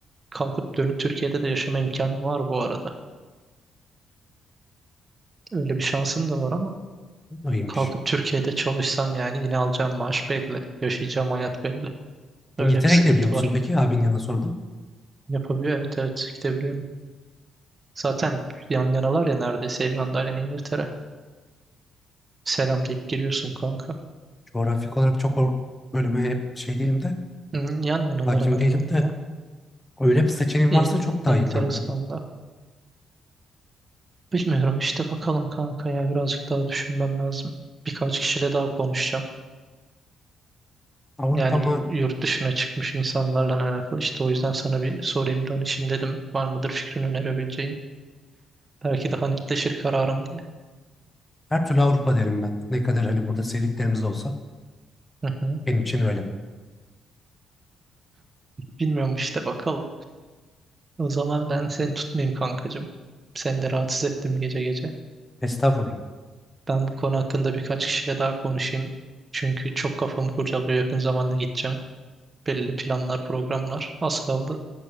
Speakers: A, on the right (about 30°); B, on the left (about 15°).
A: kalkıp dönüp Türkiye'de de yaşama imkanım var bu arada. Öyle bir şansım da var ama
B: Bu da iyiymiş.
A: kalkıp Türkiye'de çalışsam yani yine alacağım maaş belli. Yaşayacağım hayat belli.
B: İngiltere'ye
A: Öyle bir sıkıntı
B: gidebiliyor musun
A: var.
B: peki abinin yanına sonradan?
A: Yapabiliyor evet evet gidebiliyorum. Zaten yan yanalar ya neredeyse İrlanda ile İngiltere. Selam deyip giriyorsun kanka.
B: Coğrafik olarak çok or bölüme hep şey değilim de
A: Hı, Yan yanalar
B: hakim
A: hemen
B: değilim
A: hemen
B: de
A: ya.
B: öyle bir seçeneğin
A: İng
B: varsa çok daha
A: İngiltere'nin
B: iyi kanka.
A: sınavında. Bilmiyorum işte bakalım kanka ya birazcık daha düşünmem lazım. Birkaç kişiyle daha konuşacağım.
B: Avrupa
A: Yani
B: mı?
A: bu yurt dışına çıkmış insanlarla alakalı işte o yüzden sana bir sorayım danışayım dedim. Var mıdır fikrini önerebileceğin? Belki daha netleşir kararım diye.
B: Her türlü Avrupa derim ben. Ne kadar hani burada sevdiklerimiz de olsa
A: Hı hı.
B: benim için öyle.
A: Bilmiyorum işte bakalım. O zaman ben seni tutmayayım kankacığım. Seni de rahatsız ettim gece gece.
B: Estağfurullah.
A: Ben bu konu hakkında birkaç kişiyle daha konuşayım. Çünkü çok kafamı kurcalıyor. Yakın zamanda gideceğim. Belli planlar, programlar. Az kaldı.